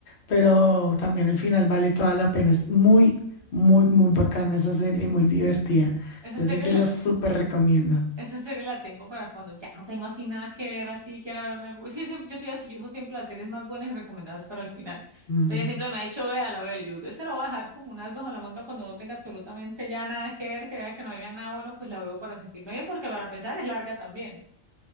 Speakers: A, on the left; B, on the right.
A: pero también el final vale toda la pena. Es muy, muy, muy bacana esa serie, muy divertida.
B: Esa
A: Yo
B: serie
A: sí te
B: la,
A: la súper recomiendo.
B: esa serie la tengo para cuando ya no tengo así nada que ver, así quiera verme algo. Es que yo, siempre- yo soy así, yo dejo siempre las series más buenas y recomendadas para el final. Entonces
A: Mm.
B: ella siempre me ha dicho, vea la véala. Yo se la voy a dejar como unas bajo la manga cuando no tenga absolutamente ya nada que ver, que vea que no haya nada bueno, pues la veo para sentirme bien, porque para empezar es larga también.